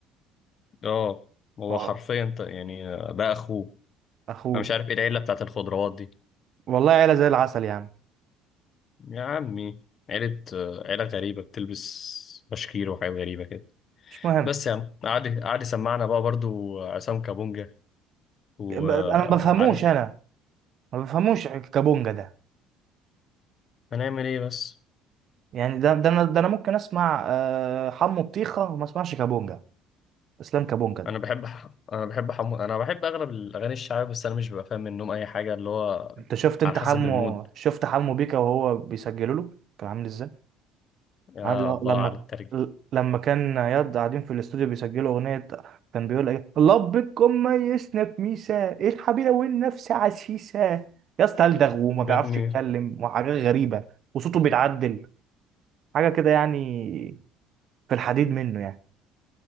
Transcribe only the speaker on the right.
اه
اخوه
والله عيله زي العسل يعني
مش مهم
ب... انا ما بفهموش انا ما بفهموش كابونجا ده
يعني ده ده انا ده انا ممكن اسمع آه، حمو بطيخه وما اسمعش كابونجا اسلام كابونجا ده
انت شفت انت
حمو
شفت حمو بيكا وهو بيسجلوا له كان عامل ازاي
عارف ل-
لما
لما كان ياد قاعدين في الاستوديو بيسجلوا اغنيه كان بيقول ايه لبكم ميزنا بميسا ايه الحبيبه والنفس عسيسه يا اسطى الدغ وما
بيعرفش
يتكلم وحاجات غريبه وصوته بيتعدل حاجه كده يعني في الحديد منه يعني